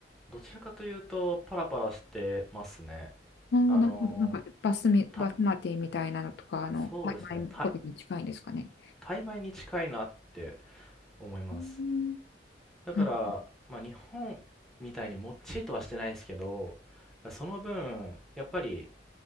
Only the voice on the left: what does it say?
おー、
なるほど。なんか、バスミバスマティみたいなのとか、
あの、
タイ米とかに近いんですかね。
うーん
なんか